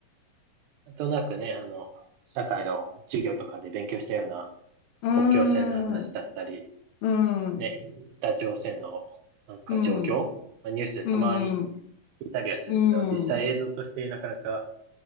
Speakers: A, on the right; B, on the left.
A: なんとなくね、あの、社会の授業とかで勉強したような
B: うん、
A: 国境線の話だったり、
B: うん、
A: ね、北朝鮮のなんか状況、
B: うん。
A: まあニュースでたまに
B: うん
A: 聞いたりはするけど、
B: うん、
A: 実際映像としてなかなか
B: うん。